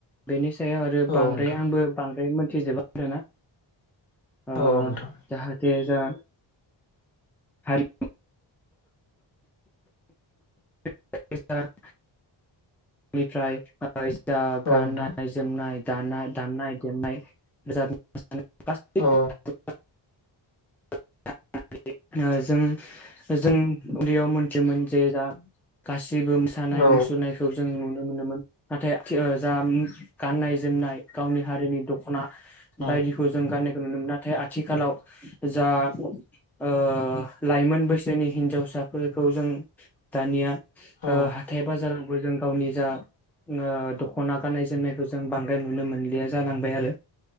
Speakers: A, in the centre; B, on the left.
A: बेनि सायाव आरो
B: औ
A: बांद्राय
B: नोंथां
A: आंबो बांद्राय मोन थिजोबा आरोना आ
B: औ नोंथां
A: जाहा थे जा हारि <unintelligible> नि फ्राय फैसा गाननाय
B: औ नोंथां
A: जोमनाय दाना दामनाय देमनाय <unintelligible>
B: औ
A: <unintelligible> जों जों उन्दैयाव मोन थियोमोन जे जा गासिबो जेबो मोसानाय
B: औ
A: मुसुरनायखौ जों नुनो मोनोमोन नाथाय आथिखाल जा गाननाय जोमनाय गावनि हारिनि दख'ना
B: औ
A: बायदिखौ जों गानाय नुनो मोनो नाथाय आथिखालाव जा ओ लाइमोन बैसोनि हिनजावसाफोरखौ जों दानिया
B: औ
A: ओ हाथाय बाजार बो जों गावनि जा ओ दख'ना गाननाय जोमनायखौ जों बांद्राय नुनो मोनलिया जानांबाय आरो।